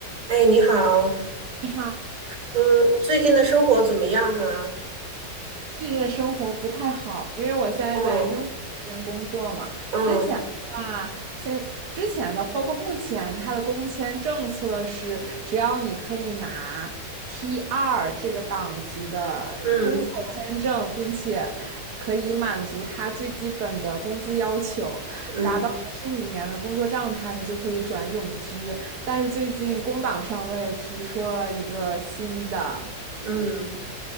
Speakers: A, on the right (about 50°); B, on the right (about 65°).
A: 哎，你好，
B: 你好，
A: 嗯，你最近的生活怎么样啊？
B: 最近的生活不太好，因为我现在在英国这边工作嘛。
A: 嗯嗯
B: 哇，现之前的，包括目前，它的工签政策是，只要你可以拿 T 二这个档级的工作签证，
A: 嗯
B: 并且可以满足它最基本的工资要求，
A: 嗯
B: 达到连续五年的工作状态呢，就可以转永居。但是最近工党上位提出了一个新的。
A: 嗯